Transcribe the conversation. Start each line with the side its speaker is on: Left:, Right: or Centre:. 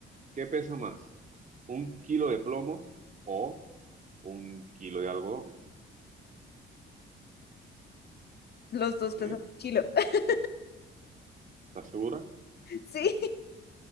Right: ¿Qué pesa más? ¿Un kilo de plomo o un kilo de algodón?
Left: Los dos pesan
Right: ¿Eh?
Left: un kilo. <laughs>
Right: ¿Estás segura?
Left: Sí,